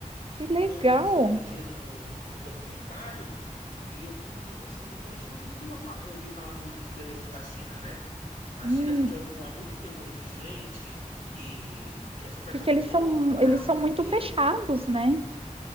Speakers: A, on the right; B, on the left.
A: que legal.
B: Eu vi isso outro dia num, num documentário. E eu falei, nossa, gente, que a gente não costuma fa- ouvir falar muito de belezas da China, né? A
A: Hum,
B: China a gente ouve falar muito que tem um monte de gente, que, que é super
A: porque
B: populoso
A: eles são,
B: e tal,
A: eles são
B: não sei
A: muito
B: o quê.
A: fechados, né?